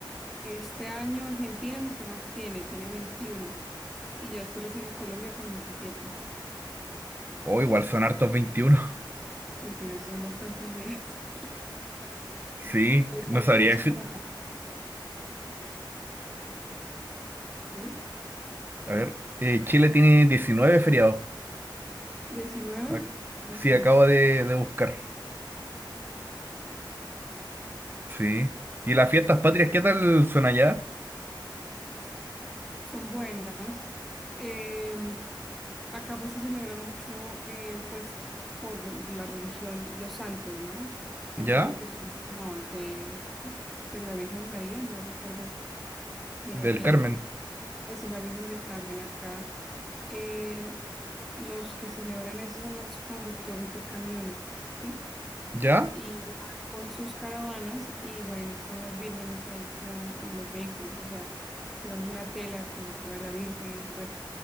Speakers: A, in the centre; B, on the right (about 25°).
A: Este año Argentina es el que más tiene, tiene veintiuno Y ya después le sigue Colombia con diecisiete.
B: O igual son hartos veintiuno
A: Veintiuno, esos son bastantes días. <laughs>
B: <laughs> Sí,
A: No alcanza
B: no sabría
A: mucho
B: decir.
A: por acá. Dime.
B: A ver, eh, Chile tiene 19 feriados.
A: 19,
B: Ac-
A: bastante.
B: Sí, acabo de, de buscar. Sí. ¿Y las fiestas patrias qué tal son allá?
A: Son buenas. Em, acá pues se celebran mucho, eh, pues, por la religión, los santos, ¿no? Entonces
B: ¿Ya?
A: lo que tú mencionabas de, de la Virgen María, no recuerdo bien
B: Del
A: eh,
B: Carmen.
A: Eso es la Virgen del Carmen acá. eh, los que celebran eso son los conductores de camiones, ¿sí?
B: ¿Ya?
A: Y van con sus caravanas y van con las vírgenes ahí como en los vehículos, o sea, digamos una tela con la cara de la Virgen, bueno,